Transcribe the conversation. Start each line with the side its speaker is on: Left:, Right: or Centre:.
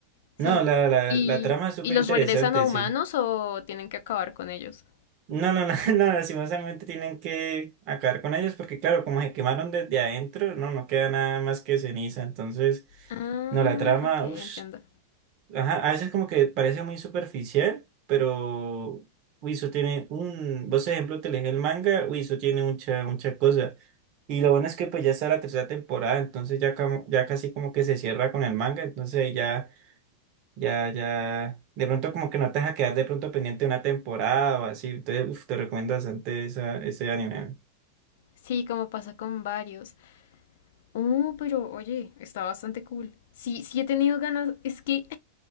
Left: sí.
Right: no, la, la,
Left: ¿Y,
Right: la trama es súper
Left: y los
Right: interesante,
Left: regresan a humanos
Right: sí.
Left: o tienen que acabar con ellos?
Right: No, no, no, <laughs> no, lastimosamente tienen que acabar con ellos porque claro, como se quemaron desde adentro, no, no queda nada más que ceniza, entonces,
Left: Ah,
Right: no, la trama,
Left: ok, entiendo.
Right: uff, ajá, a veces como que parece muy superficial, pero, uy, eso tiene un, vos ejemplo, te lees el manga, uy, eso tiene mucha, mucha cosa, y lo bueno es que pues ya está la tercera temporada, entonces ya, como- ya casi como que se cierra con el manga, entonces ahí ya ya, ya. De pronto como que no te deja quedar de pronto pendiente una temporada o así. Entonces, uf, te recomiendo bastante esa, ese anime.
Left: Sí, como pasa con varios. Uh, pero oye, está bastante cool. Sí, sí he tenido ganas. Es que